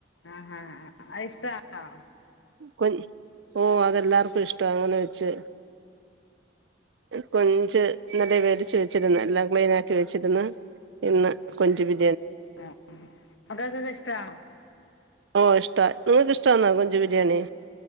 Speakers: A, on the left; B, on the right.
A: ആഹാ അത് ഇഷ്ട്ടാണോ
B: കൊഞ് ഓ അതെല്ലാർക്കും ഇഷ്ട അങ്ങനെ വെച്ച് കൊ ഞ്ച് ഇന്നലെ
A: ആഹ്
B: മേടിച്ച് വച്ചിരുന്ന് എല്ലാം ക്ലീന വെച്ചിരുന്ന് ഇന്ന് കൊഞ്ച് ബി
A: ആ മക്കക്കൊക്കെ ഇഷ്ടാണോ
B: ഓ ഇഷ്ട നിങ്ങക്ക് ഇഷ് ട്ടാന്നോ കൊഞ്ച് ബിരിയാണി